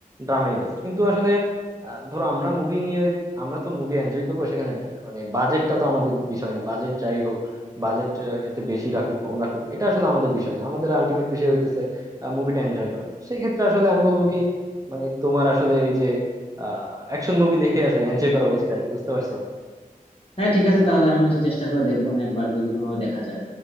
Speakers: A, on the right; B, on the left.
A: ড্রামাই বেস্ট কিন্তু আসলে আহ, ধরো আমরা মুভি নিয়ে আমরা তো মুভি এনজয় করবো সেখানে dra- মানে বাজেটটা তো আমাদের বিষয় না বাজেট যাই হোক বাজেট এতে বেশি রাখুক কম রাখুক এটা আসলে আমাদের বিষয় না আমাদের আলটিমেট বিষয় হইতেছে মুভিটা এনজয় করা তো সেই ক্ষেত্রে আসলে আমি বলবো কি মানে তোমার আসলে এই যে আহ অ্যাকশন মুভি দেখে আসলে এনজয় করা উচিত আর কি বুঝতে পারছো
B: হ্যাঁ ঠিক আছে তাহলে আমি হচ্ছে চেষ্টা করে দেখবো না একবার যদি কোনোভাবে দেখা যায়